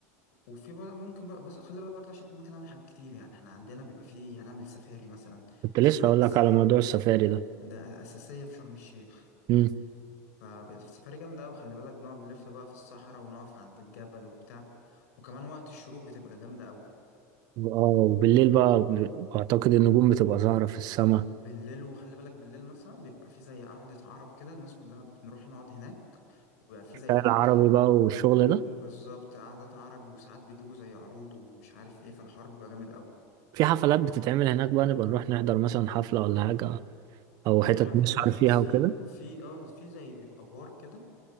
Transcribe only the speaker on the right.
كنت
لسه هقول لك على موضوع السفاري ده
مم.
اه وبالليل بقى ب- اعتقد النجوم بتبقى ظاهرة في السماء
خيال
العربي بقى والشغل ده
في حفلات بتتعمل هناك بقى نبقى نروح نحضر مثلا حفلة ولا حاجة او حتت
نسهر فيها
وكده